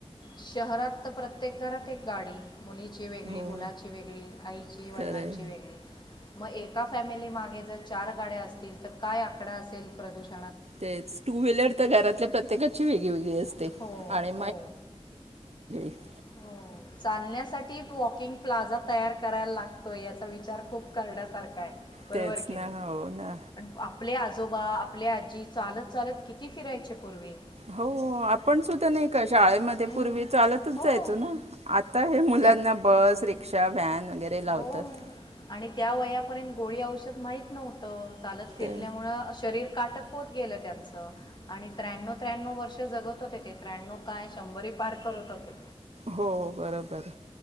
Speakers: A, on the left (about 45°); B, on the right (about 75°).
A: शहरात तर <inaudible> प्रत्येक घरात एक गाडी मुलीची वेगळी
B: हो
A: मुलाची वेगळी आईची वडिलांची
B: खरं आहे
A: वेगळी मग एका फॅमिली मागे जर चार गाड्या असतील तर काय आकडा असेल प्रदूषण
B: येस टू व्हीलर तर घरातल्या प्रत्येकाची वेगळीवेगळी
A: हो
B: <inaudible> आणि
A: हो
B: <inaudible> <inaudible> <inaudible>
A: हो चालण्यासाठी वॉकिंग प्लाझा तयार करायला लागतो याचा विचार खूप करण्यासारखा आहे बरोबर
B: तेच
A: की
B: ना
A: नाही
B: हो ना
A: पण आपले आजोबा आपल्या आजी चालत चालत किती फिरायचे पूर्वी
B: हो आपण सुद्धा नाही शाळेमध्ये
A: हं.
B: पूर्वी चालतच
A: हो
B: जायचो ना आता हे मुलांना
A: त्या
B: बस रिक्षा <inaudible> लावतात
A: हो आणि त्या वयापर्यंत गोळी औषध माहीत नव्हतं. चालत फिरल्यामुळं
B: ते
A: शरीर काटक होत गेलं त्यांचं आणि त्र्याण्व त्र्याण्णव वर्ष जगत होते ते त्र्याण्णव काय शंभर पार करत होते.
B: हो बरोबर.